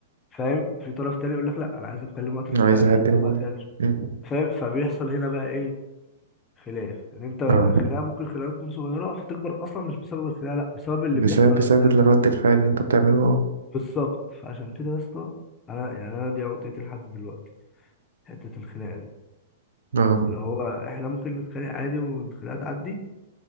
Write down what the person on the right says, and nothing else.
أنا عايز
أهدي الموضوع
مم.
اه
بسبب
بسبب
الرد الفعل اللي انتوا بتعملوه
اه